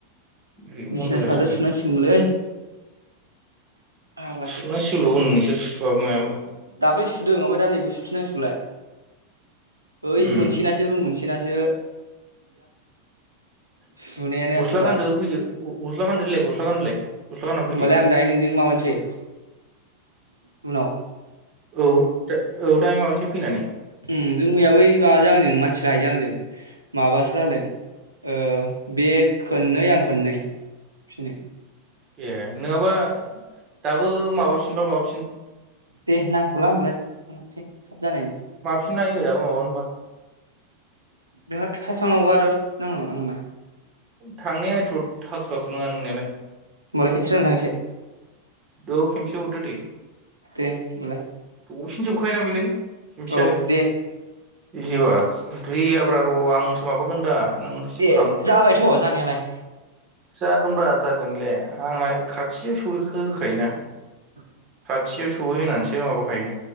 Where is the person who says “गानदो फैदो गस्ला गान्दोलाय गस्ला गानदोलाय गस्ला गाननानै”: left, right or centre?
Right